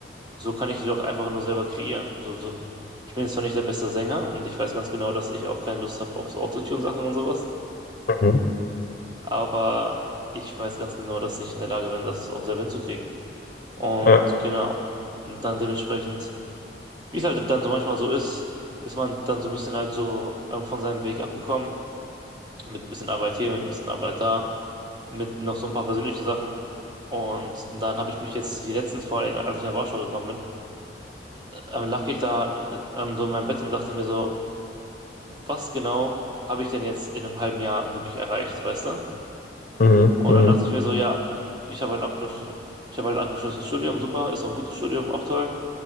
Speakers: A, on the right; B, on the left.
A: so kann ich sie doch einfach nur selber kreieren. So, so, ich bin jetzt zwar nicht der beste Sänger und ich weiß ganz genau, dass ich auch keine Lust habe auf so Autotune-Sachen und sowas,
B: Mhm.
A: aber ich weiß ganz genau, dass ich in der Lage bin, das auch selber hinzukriegen. Und
B: Ja.
A: genau, dann dementsprechend. Wie es halt dann so manchmal so ist, ist man dann so ein bisschen halt so ähm, von seinem Weg abgekommen, mit ein bisschen Arbeit hier, mit ein bisschen Arbeit da, mit noch so ein paar persönlichen Sachen. Und dann habe ich mich jetzt hier letztens vor allem, als ich nach Warschau gekommen bin, ähm, lag ich da ähm, so in meinem Bett und dachte mir so, was genau habe ich denn jetzt in einem halben Jahr wirklich erreicht, weißt du?
B: Mhm.
A: Und
B: Mhm.
A: dann dachte ich mir so, ja, ich habe halt ein Abschluss, ich habe halt ein abgeschlossenes Studium, super, ist auch ein gutes Studium, auch toll.